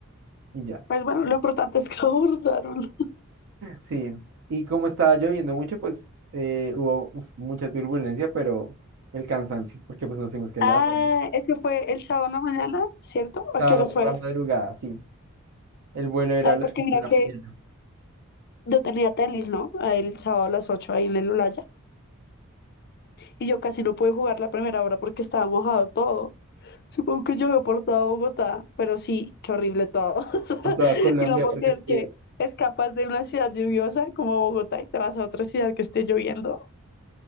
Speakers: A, on the right; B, on the left.
A: Y ya.
B: Pues bueno, lo importante es que <laughs> abordaron.
A: Sí, y como estaba lloviendo mucho, pues eh, hubo uf, mucha turbulencia, pero el cansancio, porque pues nos tuvimos que
B: Ah,
A: levantar.
B: eso fue el sábado en la mañana, ¿cierto?
A: Estaba
B: ¿A qué horas
A: por
B: fue?
A: la madrugada, sí. El vuelo era
B: Ay,
A: a las
B: porque
A: 5
B: mira
A: de la
B: que
A: mañana
B: yo tenía tenis, ¿no? Ahí el sábado a las 8 ahí en el Olaya. Y yo casi no pude jugar la primera hora porque estaba mojado todo. Supongo que llovió por toda Bogotá, pero sí, qué horrible todo. <laughs>
A: por toda Colombia,
B: Y no puedo
A: porque
B: creer
A: es que...
B: que escapas de una ciudad lluviosa como Bogotá y te vas a otra ciudad que esté lloviendo.